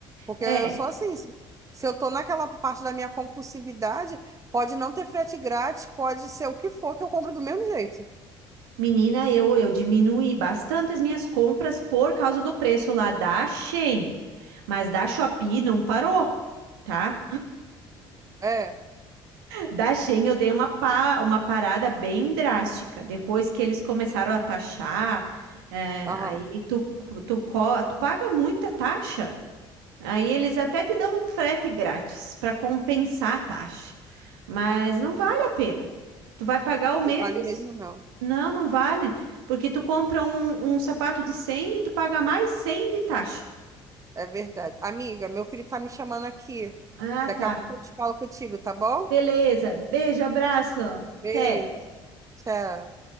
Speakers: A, on the right; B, on the right.
A: Porque
B: é,
A: eu sou assim. Se se eu tô naquela parte da minha compulsividade, pode não ter frete grátis, pode ser o que for, que eu compro do mesmo jeito.
B: menina, eu eu diminuí bastante as minhas compras por causa do preço lá da Shein, mas da Shopee não parou, tá?
A: É,
B: Da Shein eu dei uma, pa- uma parada bem drástica. Depois que eles começaram a taxar, é,
A: aham.
B: aí tu, tu, co- tu paga muita taxa. Aí eles até te dão um frete grátis para compensar a taxa. Mas não vale a pena. Tu vai pagar o mesmo?
A: Não vale mesmo, não.
B: Não, não vale. Porque tu compra um, um sapato de cem e tu paga mais 100 de taxa.
A: É verdade. Amiga, meu filho tá me chamando aqui.
B: Ah,
A: Daqui
B: tá.
A: a pouco eu te falo contigo, tá bom?
B: Beleza. Beijo, abraço.
A: Beijo.
B: Até.
A: Tchau.